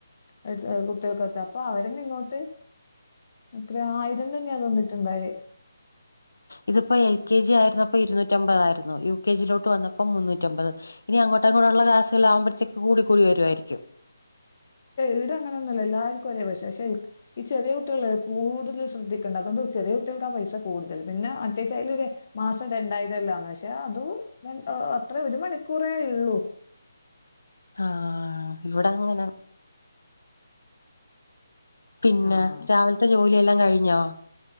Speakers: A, on the left (about 45°); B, on the left (about 80°).
A: <unintelligible> എടുത്ത് ആഹ് കുട്ടികൾക്കൊത്തെ അപ്പൊ അവരന്നെ ഇങ്ങോട്ട് ത്രേം ആയിരം തന്നെയാ തന്നിട്ടുണ്ടായേ
B: ഇതിപ്പോ എൽ കെ ജി ആയിരുന്നപ്പോ ഇരുന്നൂറ്റമ്പതായിരുന്നു യു കെ ജിയിലോട്ട് വന്നപ്പോ മുന്നൂറ്റമ്പത്. ഇനി അങ്ങോട്ടേകൂടെള്ള ക്ലാസുകൾ ആവുമ്പോഴത്തേക്ക്‌ കൂടി കൂടി വരുവായിരിക്കും.
A: ഈടെ അങ്ങനൊന്നുല്ല എല്ലാര്ക്കും ഒരേ പശെ പശെ ൽക് ഈ ചെറിയ കുട്ടികള് കൂടുതൽ ശ്രദ്ധിക്കേണ്ടേ അതുകൊണ്ട് ചെറ്യെ കുട്ടികൾക്കാ പൈസ കൂടുതൽ. പിന്നെ മറ്റേച്ചായി ലൊര് മാസം രണ്ടായിരം എല്ലാന്ന് പക്ഷെ അതും എത്രേ ഒരു മണിക്കൂറേ ഉള്ളൂ.
B: ആഹ് ഇവിടെ അങ്ങനെ പിന്നെ
A: ആഹ്
B: രാവിലത്തെ ജോലിയെല്ലാം കഴിഞ്ഞോ